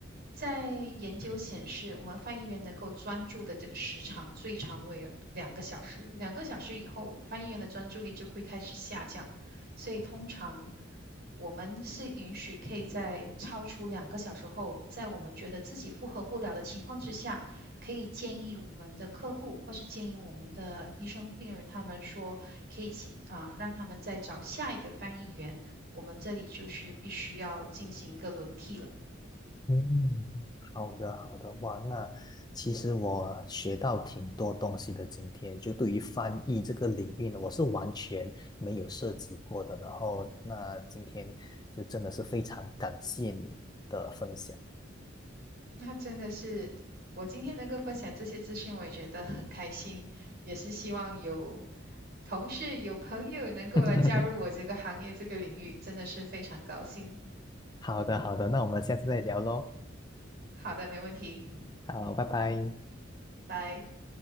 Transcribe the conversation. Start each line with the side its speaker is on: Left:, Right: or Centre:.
Right: 在研究显示，我们翻译员能够专注的这个时长最长为两个小时，两个小时以后，翻译员的专注力就会开始下降，所以通常我们是允许可以在超出两个小时后，在我们觉得自己负荷不了的情况之下，可以建议我们的客户或是建议我们的医生、病人，他们说可以请啊、呃让他们再找下一个翻译员。我们这里就是必须要进行一个轮替了。
Left: 嗯，好的，好的，哇，那其实我学到挺多东西的。今天就对于翻译这个领域呢，我是完全没有涉及过的。然后，那今天就真的是非常感谢你的分享。
Right: 那真的是，我今天能够分享这些资讯，我也觉得很开心，也是希望有同事、有朋友能够来加入我这个行业、
Left: <laughs>
Right: 这个领域，真的是非常高兴。
Left: 好的，好的，那我们下次再聊喽。
Right: 好的，没问题，
Left: 好，拜拜。
Right: 拜拜。